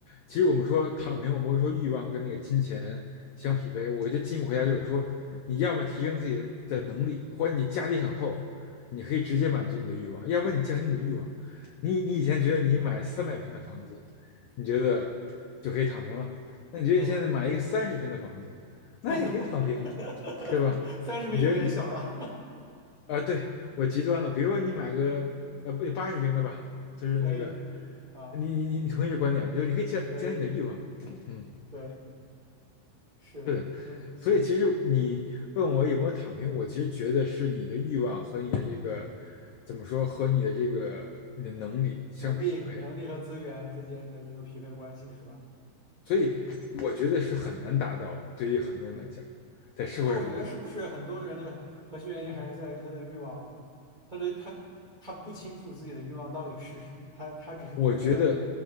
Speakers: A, on the left; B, on the right.
A: 其实我们说躺平，我们会说欲望跟那个金钱相匹配。我觉得进一步回答就是说，你要么提升自己的能力，或者你家底很厚，你可以直接满足你的欲望；要不然你降低你的欲望。你你以前觉得你买三百平的房子，你觉得就可以躺平了，那你觉得你现在买一个三十平的房子，
B: 嗯。
A: 那也可以躺平，
B: <laughs>
A: 对吧？
B: 三十平有点小了，
A: 你觉得你啊，对，我极端了，比如说你买个呃不八十平的吧，
B: <laughs>
A: 就是那个，
B: 可以啊，
A: 你你你你同意这观点吗？就是你可以降降低你的欲望，
B: 可以，
A: 嗯，
B: 对，是我嗯，
A: 是的，所以其实你问我有没有躺平，我其实觉得是你的欲望和你的这个怎么说和你的这个你的能力相匹配，
B: 能力、能力和资源之间的一个匹配关系是吧？
A: 所以我觉得是很难达到的，
B: 嗯
A: 对于很多人来讲，
B: 嗯。
A: 在社会上来讲，
B: 那我觉得是不是很多人的核心原因还是在于他的欲望，他的他他不清楚自己的欲望到底是什么，他他只是觉得，
A: 我觉得，